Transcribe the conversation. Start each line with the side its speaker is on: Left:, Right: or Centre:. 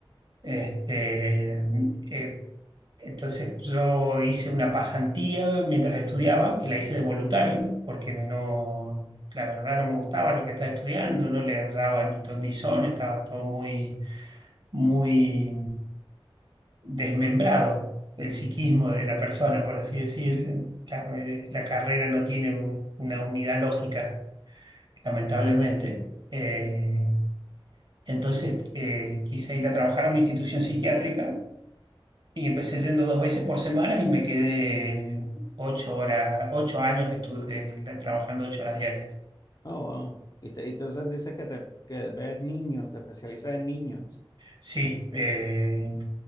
Right: Este, eh, entonces yo hice una pasantía mientras estudiaba, que la hice de voluntario, porque no, la verdad no me gustaba lo que estaba estudiando, no le hallaba ni ton ni son, estaba todo muy muy desmembrado el psiquismo de la persona, por así decir. La, la carrera no tiene una unidad lógica, lamentablemente. Eh, entonces eh, quise ir a trabajar a una institución psiquiátrica y empecé yendo dos veces por semana y me quedé ocho horas, ocho años estu- eh, trabajando ocho horas diarias.
Left: Oh, wow. Y te- y entonces dices que te que ves niños, te especializas en niños.
Right: Sí, eh,